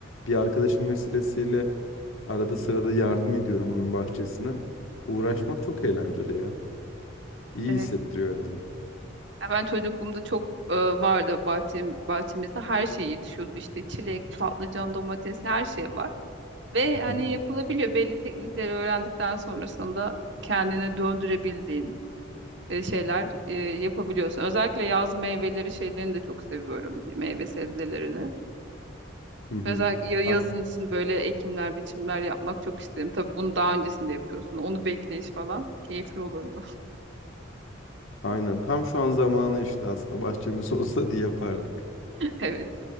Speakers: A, on the left; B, on the right.
A: Bir arkadaşım vesilesiyle arada sırada yardım ediyorum onun bahçesine. Uğraşmak çok eğlenceli ya. İyi
B: Evet.
A: hissettiriyor yani.
B: Ya ben çocukluğumda çok e, vardı bahçem, bahçemizde her şey yetişiyordu işte çilek, patlıcan, domates her şey var. Ve
A: Hı
B: hani
A: hı.
B: yapılabiliyor belli teknikleri öğrendikten sonrasında kendine döndürebildiğin. e, şeyler e, yapabiliyorsun. Özellikle yaz meyveleri şeylerini de çok seviyorum. Meyve sebzelerini.
A: Hı hı.
B: Özellikle ya- yazın
A: Ha,
B: için böyle ekimler, biçimler yapmak çok isterim. Tabii bunu daha öncesinde yapıyorsun. Onu bekleyiş falan keyifli olurdu.
A: aynen. Tam şu an zamanı işte aslında bahçemiz <laughs> olsa diye yapardık.
B: <laughs> Evet.